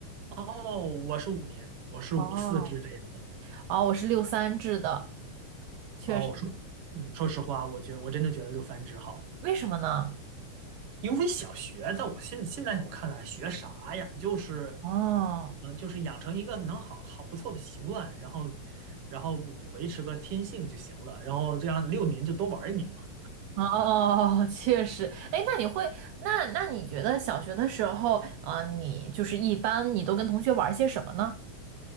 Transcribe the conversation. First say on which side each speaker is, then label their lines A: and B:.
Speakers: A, on the right (about 55°); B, on the right (about 80°).
A: 哦，我是五年，我是五四至这样的。
B: 哦哦，我是六三制的，确实。
A: 哦，我说，嗯，说实话，我觉我真的觉得六三制好，
B: 为什么呢？
A: 因为小学在我现现在我看来学啥呀，就是，
B: 哦
A: 嗯、就是养成一个能好好不错的习惯，然后，然后维持个天性就行了，然后这样六年就多玩一年嘛。
B: 哦，确实。哎，那你会，那那你觉得小学的时候，啊、你就是一般你都跟同学玩些什么呢？